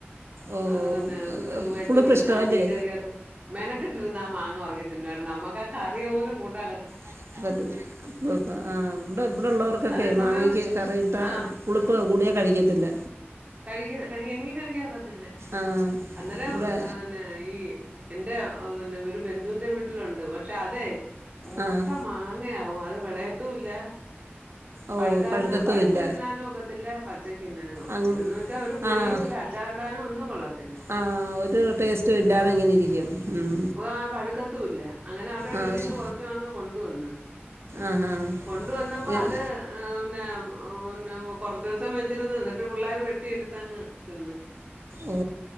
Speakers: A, on the right; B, on the right.
A: ഓഹ്
B: ആന്നെ വെച്ച
A: പുളിപ്പ്
B: കൊട്
A: ഇഷ്ടവല്ലേ
B: ആഹ് മീൻ കറിക്കാത്തത്ത് മെനക്കട്ടിരുന്ന ആഹ് മാങ്ങ ഉറങ്ങി തിന്നമായിരുന്നു നമ്മുക്ക് ആഹ് ക റിയോലും കൂട്ടാ
A: <unintelligible> ആഹ് ഇവിടെ ഇവിടെള്ളോർക്കൊക്കെ
B: അതേസമയം
A: മാങ്ങയ്ക്ക് കറി ഇട്ട
B: ആഹ്
A: പുളിപ്പ് കൂടിയാ കഴിക്കത്തില്ല
B: കഴുകി കഴുകി എനിക്കും കഴുകി ആക്കത്തില്ല
A: ആഹ്
B: അന്നേരം
A: ഇവിടെ
B: ന്നെ ഈ എന്റെ പിന്നെ ഒരു ബന്ധുവിന്റെ വീട്ടിലുണ്ട് പക്ഷെ അതെ മുട്ട
A: ആഹ്
B: മാങ്ങയാവും അത് വെളയത്തുംല്ല
A: ഓഹ്
B: പഴുക്കാരന്
A: പഴുക്കത്തും
B: പഴുത്ത്
A: ഇല്ല
B: തിന്നാനും ഒക്കത്തില്ല പച്ചക്ക് തിന്നാനും കൊലത്തിന്ന്
A: അങ്
B: വെച്ചാ ഒരു പുളിയും
A: ആഹ്
B: ഇല്ല അച്ചാറിടാനും ഒന്നും കൊള്ളത്തില്ല
A: ആഹ് ഒരു ടേസ്റ്റും ഇല്ലാതെ
B: ആഹ്
A: ഇങ്ങനെ ഇരിക്കും ഉം
B: പഴുക്കത്തുംല്ല അങ്ങനെ അവടെ
A: ആഹ്
B: വീട്ടിന്ന്
A: പക്ഷെ
B: കൊറച്ച് റ്റമാങ്ങ കൊണ്ടുവന്ന്
A: ആഹാ
B: കൊണ്ടുവന്നപ്പോ
A: ഇ-
B: അത് ആഹ് പിന്നെ പിന്നെ കൊറച്ചസം വെച്ചിരുന്ന് നിന്നിട്ട് പിള്ളേർ വെട്ടിയടുത്തങ്ങ് തിന്ന്
A: ഓ